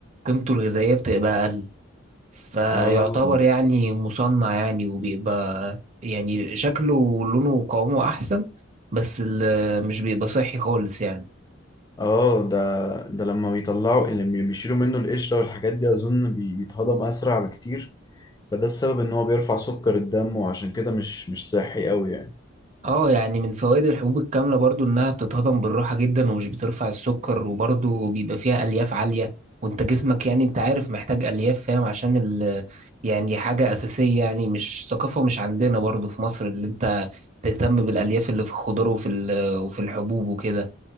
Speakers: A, on the right; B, on the left.
A: قيمته الغذائية بتبقى أقل فيعتبر
B: اه
A: يعني مصنع يعني وبيبقى يعني شكله ولونه وقوامه أحسن بس ال- مش بيبقى صحي خالص يعني
B: اه ده ده لما بيطلعوا لما بيشيلوا منه القشرة والحاجات دي اظن بي- بيتهضم اسرع بكتير فده السبب ان هو بيرفع سكر الدم وعشان كده مش مش صحي قوي يعني
A: اه يعني من فوائد الحبوب الكاملة برضو إنها بتتهضم بالراحة جدا ومش بترفع السكر وبرضو بيبقى فيها ألياف عالية وانت جسمك يعني انت عارف محتاج ألياف فاهم عشان ال يعني حاجة أساسية يعني مش ثقافة مش عندنا برضو في مصر اللي انت تهتم بالألياف اللي في الخضار وفي ال- وفي الحبوب وكده